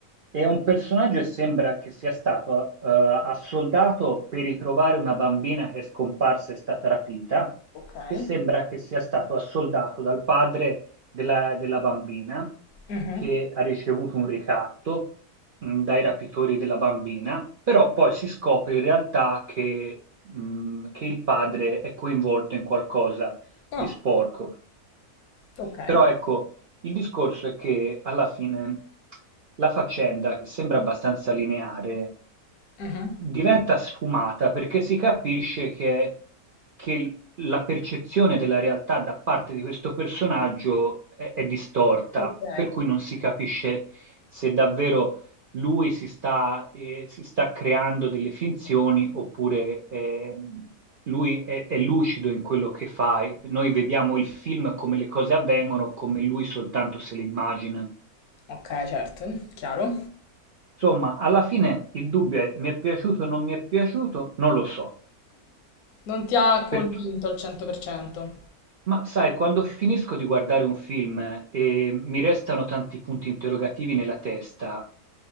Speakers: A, on the right (about 70°); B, on the left (about 80°).
A: è un personaggio che sembra che sia stato eh, assoldato per ritrovare una bambina che è scomparsa e è stata rapita,
B: Ok.
A: che sembra che sia stato assoldato dal padre della, della bambina,
B: Mhm.
A: che ha ricevuto un ricatto mh, dai rapitori della bambina, però poi si scopre in realtà che, mh, che il padre è coinvolto in qualcosa
B: Ah,
A: di sporco.
B: ok.
A: Però ecco, il discorso è che alla fine la faccenda, che sembra abbastanza lineare,
B: Mhm.
A: diventa sfumata perché si capisce che, che il- la percezione della realtà da parte di questo personaggio è, è distorta,
B: Ok.
A: per cui non si capisce se davvero lui si sta, eh, si sta creando delle finzioni oppure, ehm, lui è, è lucido in quello che fa. e Noi vediamo il film come le cose avvengono, come lui soltanto se le immagina.
B: Ok, certo, chiaro.
A: Insomma, alla fine il dubbio è mi è piaciuto o non mi è piaciuto? Non lo so.
B: Non ti ha convinto
A: Perché-
B: al 100%.
A: ma sai, quando finisco di guardare un film e mi restano tanti punti interrogativi nella testa,